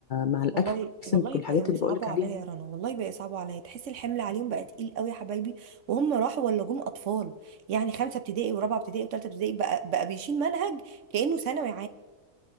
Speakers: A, on the left (about 75°); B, on the right (about 65°).
A: مع الاكسنت
B: والله والله
A: والحاجات
B: بقوا
A: اللي
B: يصعبوا
A: بقولك عليها
B: عليا يا
A: دي.
B: رنا والله بقى يصعبوا عليا تحس الحمل عليهم بقى تقيل قوي يا حبايبي وهم راحوا ولا جم اطفال يعني خمسه ابتدائي ورابعه ابتدائي وثالثه ابتدائي بقى بقى بيشيل منهج كانه ثانوي